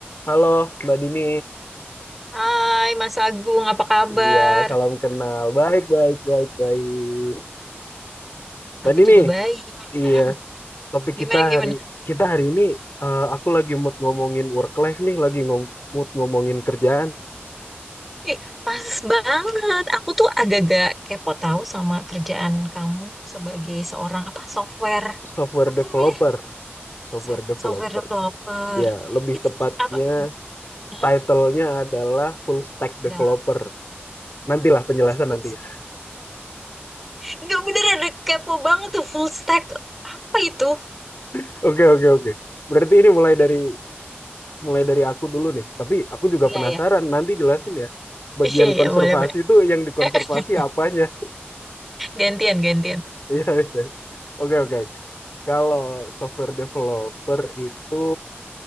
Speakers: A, on the left (about 60°); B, in the centre.
A: Halo, Mbak Dini.
B: Hai Mas Agung, apa kabar?
A: Iya, salam kenal. Baik, baik, baik, baik. Mbak
B: Aku
A: Dini,
B: juga baik.
A: iya,
B: Heeh.
A: topik
B: Gimana
A: kita
B: gimana?
A: hari kita hari ini eh, aku lagi mood ngomongin work life nih, lagi ngom mood ngomongin kerjaan
B: Ih, pas banget. Aku tuh agak-agak kepo tahu sama kerjaan kamu sebagai seorang apa software
A: software
B: apa
A: developer,
B: sih namanya?
A: software
B: Sof-
A: developer.
B: Software developer.
A: Ya, lebih
B: Itu
A: tepatnya
B: apa? Hah?
A: title-nya adalah full stack
B: Adalah
A: developer. Nantilah penjelasan
B: full
A: nanti
B: stack.
A: ya.
B: Enggak bener ada kepo banget tuh full stack. Apa itu?
A: <laughs> Oke, oke, oke. Berarti ini mulai
B: Jadi
A: dari mulai dari aku dulu nih. Tapi aku juga
B: iya
A: penasaran,
B: ya.
A: nanti jelasin ya. Bagian
B: Iya iya
A: konservasi
B: boleh boleh.
A: itu yang dikonservasi
B: <laughs>
A: apanya? <laughs>
B: Gantian gantian.
A: Iya, iya. Oke, oke, oke. Kalau software developer itu